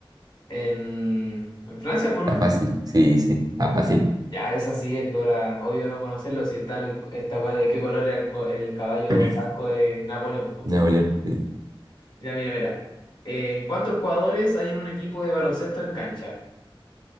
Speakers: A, on the left; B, on the right.
A: En, en Francia, pues, ¿no?
B: Está fácil. Sí, sí, está fácil.
A: Ya, esa sí es ahora, obvio no conocerlo, si está el- esta weá de qué color era el, co- el caballo
B: <clears throat>
A: blanco de Napoleón, po.
B: Napoleón, sí.
A: Mira, mira, mira. Eh, ¿en cuántos jugadores hay en un equipo de baloncesto en cancha?